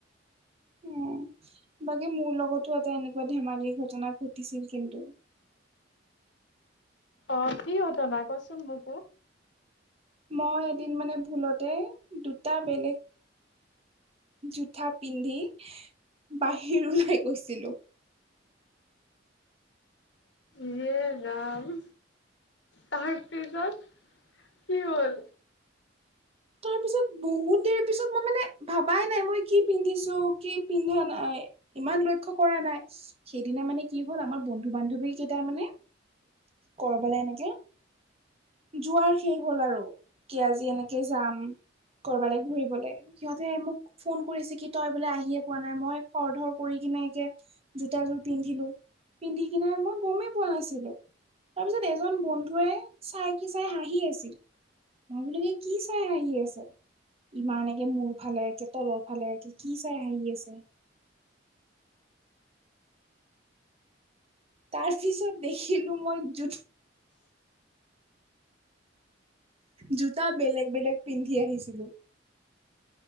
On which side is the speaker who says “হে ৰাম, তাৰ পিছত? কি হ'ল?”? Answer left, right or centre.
Left